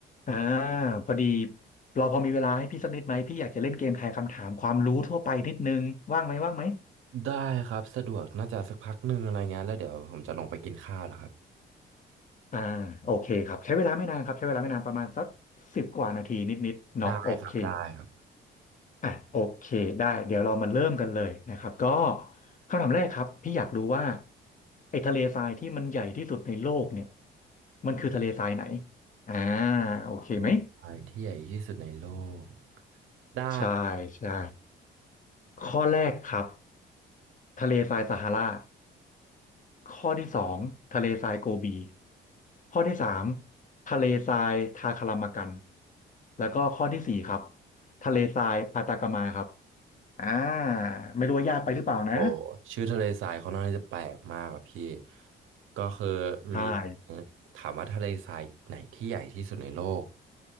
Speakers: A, on the left; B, on the right.
A: อ่าพอดีเราพอมีเวลาให้พี่สักนิดไหมพี่อยากจะเล่นเกมทายคำถามความรู้ทั่วไปนิดนึงว่างไหมว่างไหม
B: ได้ครับสะดวกน่าจะสักพักหนึ่งอะไรเงี้ยแล้วเดี๋ยวผมจะลงไปกินข้าวแหล้วครับ
A: อ่าโอเคครับใช้เวลาไม่นานครับใช้เวลาไม่นานประมาณสักสิบกว่านาทีนิดๆเนาะโอเค
B: ได้ครับได้ครับ
A: อ่ะโอเคได้เดี๋ยวเรามาเริ่มกันเลยนะครับก็คำถามแรกครับพี่อยากรู้ว่าไอ้ทะเลทรายที่มันใหญ่ที่สุดในโลกเนี่ยมันคือทะเลทรายไหนอ่าโอเคไหม
B: เลนส์ไฟที่ใหญ่ที่สุดในโลกได้
A: ใช่ใช่ข้อแรกครับทะเลทรายซาฮารา ข้อที่สองทะเลทรายโกบีข้อที่สามทะเลทรายทาคารามากันแล้วก็ข้อที่สี่ครับทะเลทรายอาตากามาครับอ่าไม่รู้ว่ายากไปหรือเปล่านะ
B: โอ้ชื่อทะเลทรายเขาน่อนข้างที่จะแปลกมากอะพี่ก็คือมี
A: ใช่
B: ถามว่าทะเลทรายไหนที่ใหญ่ที่สุดในโลก